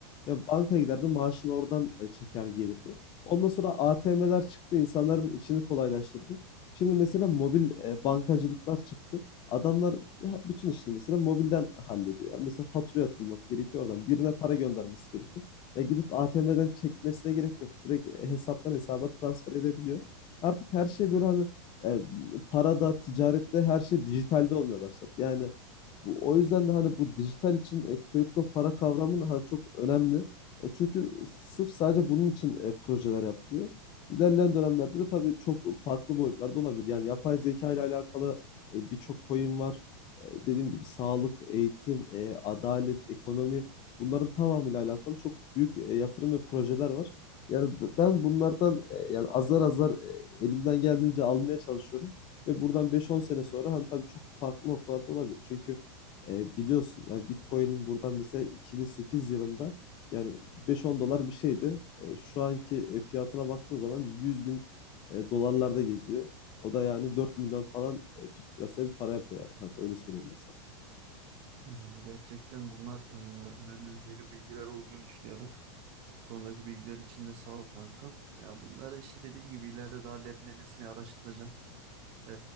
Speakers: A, on the left; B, on the right.
A: Ya bankaya giderdi, maaşını oradan e, çeker gelirdi. Ondan sonra ATM'ler çıktı, insanların işini kolaylaştırdı. Şimdi mesela mobil e, bankacılıklar çıktı. Adamlar he- bütün işini mesela mobilden hallediyor. Yani mesela fatura yatırılması gerekiyor oradan. Birine para göndermesi gerekiyor. Ya gidip ATM'den çekmesine gerek yok. Direkt e, hesaptan hesaba transfer edebiliyor. Artık her şey böyle hani e, para da, ticaret de her şey dijitalde olmaya başladı. Yani bu, o yüzden de hani bu dijital için e, kripto para kavramı da hani çok önemli. E, çünkü sırf sadece bunun için e, projeler yapılıyor. İlerleyen dönemlerde de tabii çok farklı boyutlarda olabilir. Yani yapay zeka ile alakalı e, birçok coin var. E, dediğim gibi sağlık, eğitim, e, adalet, ekonomi bunların tamamıyla alakalı çok büyük e, yatırım ve projeler var. Yani ben bunlardan e, yani azar azar e, elimden geldiğince almaya çalışıyorum. Ve buradan beş on sene sonra hani tabii çok farklı noktalarda olabilir. Çünkü e, biliyorsun yani Bitcoin'in buradan mesela 2008 yılında yani beş on dolar bir şeydi. E, şu anki e, fiyatına baktığın zaman 100 bin e, dolarlarda geziyor. O da yani 4 milyon falan e, Türk lirası bir para yapıyor yani kanka öyle söyleyeyim ben
B: Hı hı, Gerçekten bunlar e, önemli ve derin bilgiler olduğunu düşünüyorum. Konudaki bilgiler için de sağ ol kankam. Ya bunları işte dediğim gibi ileride daha derinlemesine araştıracağım. Ee,